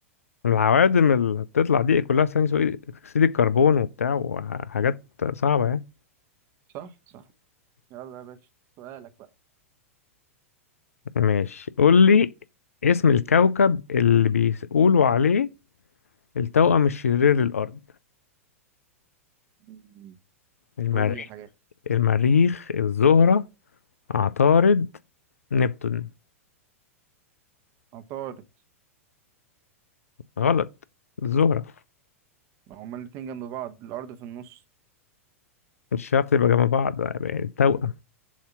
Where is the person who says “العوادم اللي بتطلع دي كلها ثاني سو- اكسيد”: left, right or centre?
Left